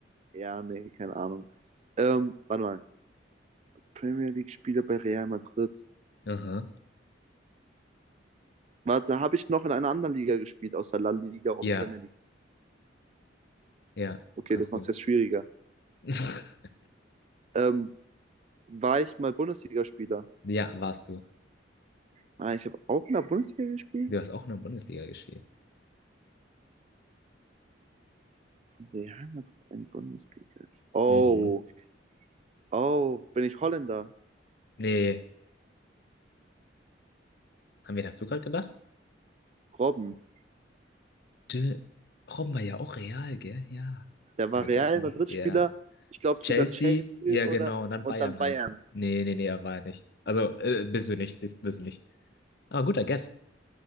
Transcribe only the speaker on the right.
ja, nee, keine Ahnung. Ähm, warte mal. Premier League-Spieler bei Real Madrid.
Warte, habe ich noch in einer anderen Liga gespielt, außer La Liga und
Premier League?
Okay,
das macht
es jetzt schwieriger.
Ähm, war ich mal Bundesligaspieler?
Ah, ich habe auch in der Bundesliga gespielt?
Real Madrid in Bundesliga. Oh,
oh, bin ich Holländer?
Robben.
Der war
Real Madrid-Spieler,
ich glaube
sogar Chelsea
oder
und
dann Bayern.